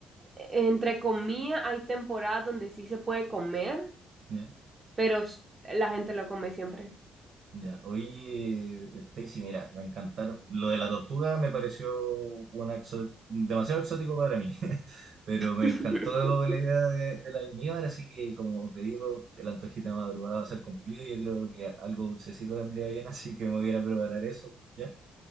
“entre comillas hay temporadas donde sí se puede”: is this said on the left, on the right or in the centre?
Right